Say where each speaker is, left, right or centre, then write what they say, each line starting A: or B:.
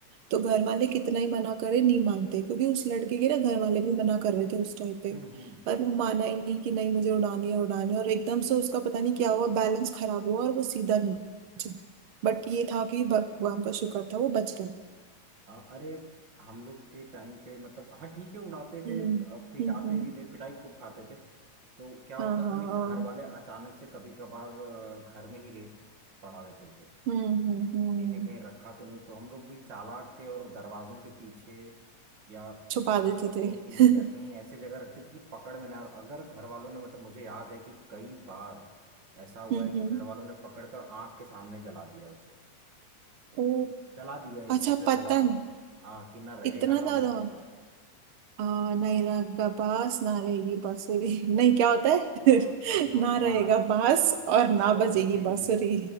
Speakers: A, on the right (about 75°); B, on the right (about 40°).
A: तो घर वाले कितना ही मना करे नहीं मानते क्योंकि उस लड़के के ना घर वाले भी मना कर रहे थे उस टाइम पे
B: हम्म हम्म
A: पर वो माना ही नहीं कि नहीं मुझे उड़ानी है उड़ानी है और एकदम से उसका पता नहीं क्या हुआ बैलेंस खराब हुआ और वो सीधा नीचे बट ये था कि भगवान का शुक्र था वो बच गया
B: अ, अरे हम लोग के टाइम पे मतलब हाँ ठीक है उड़ाते थे
A: हम्म
B: अ, पिटाते
A: हम्म हम्म,
B: भी थे पिटाई खूब खाते थे तो क्या
A: हाँ
B: होता
A: हाँ
B: था ना कि
A: हाँ
B: घर वाले अचानक से कभी कभार अ, घर में ही रेड पड़ा देते थे
A: हम्म हम्म हम्म
B: देखें कहीं रखा तो नहीं तो हम लोग भी चालाक थे और दरवाजों के पीछे या
A: छुपा
B: कहीं
A: देते
B: कपड़ों
A: थे
B: के नीचे
A: <laughs>
B: कहीं ऐसे जगह रखते थे कि पकड़ में ना आए। और अगर घर वालों ने मतलब मुझे याद है कि कई बार ऐसा हुआ
A: हम्म
B: है कि
A: हम्म
B: घर वालों ने पकड़कर आंख के सामने जला दिया उसे
A: ओ
B: मतलब जला दिया है कि
A: अच्छा
B: इसे
A: पतंग
B: जलाओ हाँ कि ना रहेगा
A: इतना
B: ना
A: ज्यादा
B: उड़ाएगा
A: आ, नहीं रहेगा बास ना रहेगी बांसुरी <laughs> नहीं क्या होता है
B: हाँ वो ना
A: <laughs> ना
B: बास
A: रहेगा बास और ना
B: ना
A: बजेगी
B: बजेगी
A: बांसुरी